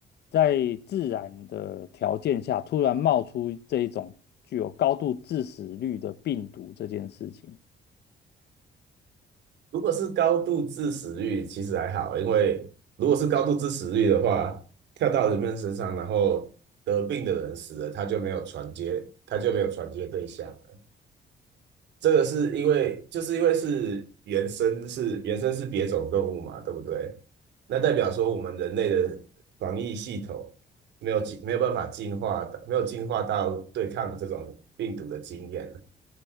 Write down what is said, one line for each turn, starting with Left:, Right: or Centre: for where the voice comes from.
Left: 在自然的条件下突然冒出这一种具有高度致死率的病毒这件事情？
Right: 如果是高度致死率，其实还好，因为如果是高度致死率的话，跳到人们身上，然后得病的人死了，他就没有传接，他就没有传接对象了。这个是因为，就是因为是原生是原生是别种动物嘛，对不对？那代表说我们人类的防疫系统没有进，没有办法进化的，没有进化到对抗这种病毒的经验。